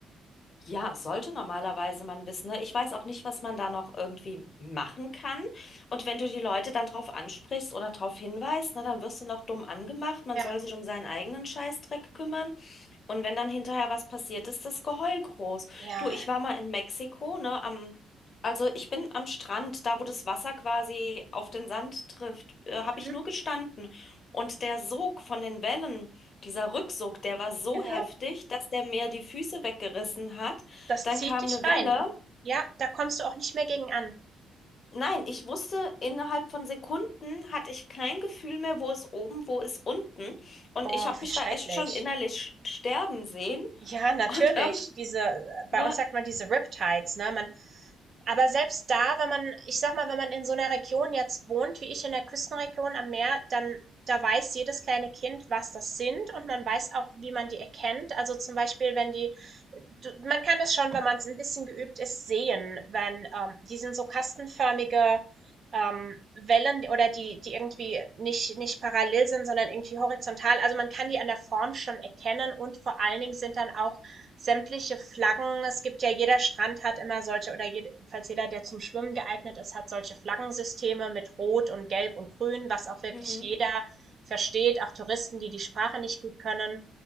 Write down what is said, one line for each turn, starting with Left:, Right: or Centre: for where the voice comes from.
Left: ja, sollte normalerweise man wissen, ne? Ich weiß auch nicht, was man da noch irgendwie machen kann. Und wenn du die Leute dann drauf ansprichst oder drauf hinweist, ne, dann wirst du noch dumm angemacht. Man
Right: Ja,
Left: soll sich um seinen eigenen Scheißdreck kümmern. Und wenn dann hinterher was passiert, ist das Geheul groß.
Right: ja,
Left: Du, ich war mal in Mexiko, ne, am, also ich bin am Strand, da wo das Wasser quasi auf den Sand trifft, äh, habe
Right: mhm,
Left: ich nur gestanden. Und der Sog von den Wellen, dieser Rücksog, der war so
Right: genau.
Left: heftig, dass der mir die Füße weggerissen hat.
Right: Das
Left: Dann
Right: zieht
Left: kam
Right: dich
Left: eine
Right: rein
Left: Welle.
Right: und ja, da kommst du auch nicht mehr gegen an.
Left: Nein, ich wusste, innerhalb von Sekunden hatte ich kein Gefühl mehr, wo ist oben, wo ist unten. Und
Right: Oh,
Left: ich habe
Right: wie
Left: mich
Right: schrecklich.
Left: da echt schon innerlich sterben sehen.
Right: Ja, natürlich.
Left: Und irgendwie.
Right: Diese äh,
Left: Ne?
Right: bei uns sagt man diese Riptides, ne? Man aber selbst da, wenn man ich sag mal, wenn man in so einer Region jetzt wohnt, wie ich in der Küstenregion am Meer, dann da weiß jedes kleine Kind, was das sind und man weiß auch, wie man die erkennt. Also, zum Beispiel, wenn die du man kann das schon, wenn man es ein bisschen geübt ist, sehen, wenn, ähm die sind so kastenförmige ähm, Wellen oder die, die irgendwie nicht, nicht parallel sind, sondern irgendwie horizontal. Also man kann die an der Form schon erkennen und vor allen Dingen sind dann auch sämtliche Flaggen. Es gibt ja jeder Strand hat immer solche oder jedenfalls jeder, der zum Schwimmen geeignet ist, hat solche Flaggensysteme mit Rot und Gelb und Grün, was auch wirklich
Left: Mhm.
Right: jeder versteht, auch Touristen, die die Sprache nicht gut können.